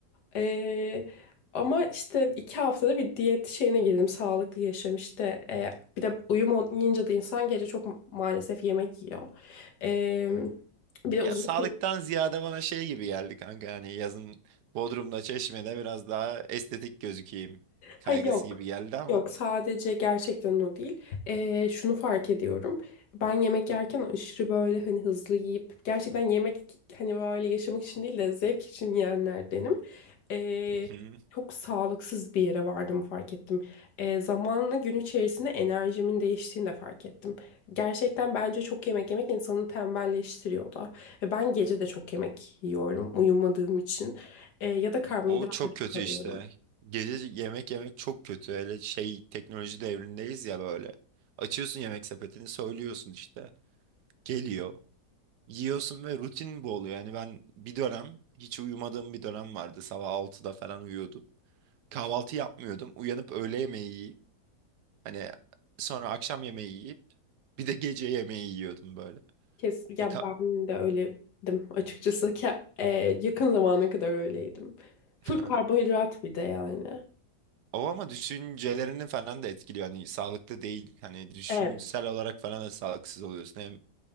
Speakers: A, on the left; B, on the right.
A: Ee, ama işte iki haftada bir diyet şeyine girdim. Sağlıklı yaşam işte. Ee, bir de uyum olmayınca da insan gece çok ma- maalesef yemek yiyor. Ee, bir de
B: ya
A: uzun
B: sağlıktan ziyade bana şey gibi geldi kanka. Hani yazın Bodrum'da, Çeşme'de biraz daha estetik gözükeyim kaygısı
A: Ha yok.
B: gibi geldi ama.
A: Yok sadece gerçekten o değil. Ee, şunu fark ediyorum. Ben yemek yerken aşırı böyle hani hızlı yiyip gerçekten yemek hani böyle yaşamak için değil de zevk için yiyenlerdenim. Ee,
B: <laughs>
A: çok sağlıksız bir yere vardığımı fark ettim. Ee, zamanla gün içerisinde enerjimin değiştiğini de fark ettim. Gerçekten bence çok yemek yemek insanı tembelleştiriyor da. Ve ben gece de çok yemek yiyorum uyumadığım için. Ee, ya da karbonhidrat
B: O çok
A: da
B: kötü
A: çok alıyorum.
B: işte. Gece yemek yemek çok kötü. Hele şey teknoloji devrindeyiz ya böyle. Açıyorsun yemek sepetini söylüyorsun işte. Geliyor. Yiyorsun ve rutin bu oluyor. Yani ben bir dönem hiç uyumadığım bir dönem vardı. Sabah altıda falan uyuyordum. Kahvaltı yapmıyordum. Uyanıp öğle yemeği yiyip hani sonra akşam yemeği yiyip bir de gece yemeği yiyordum böyle.
A: Kes, ya
B: E, ka-
A: ben de öyledim açıkçası ki e, yakın zamana kadar öyleydim. Full
B: <laughs>
A: karbonhidrat bir de yani.
B: O ama düşüncelerini falan da etkiliyor. Hani sağlıklı değil. Hani düşünsel
A: Evet,
B: olarak falan da sağlıksız oluyorsun. Hem